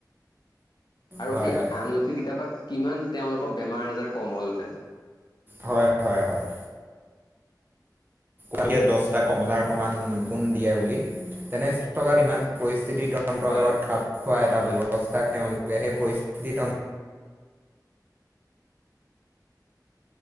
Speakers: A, on the left; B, on the right.
A: আৰু
B: হয়
A: সেই
B: হয়
A: আমলখি কেইটাৰ পৰা কিমান তেওঁলোকৰ বেমাৰ আজাৰ কম হ'লহেতেন
B: হয় হয় হয় কে দছটা কমলাৰ সমান সোণ দিয়া বুলি তেনেস্থলত ইমান পৰিচ পৰিস্থিতি তন্ত্ৰৰ
A: হয়
B: লগত খাপ খোৱা এটা ব্যৱস্থাক তেওঁলোকে সেই পৰিস্থিতি তন্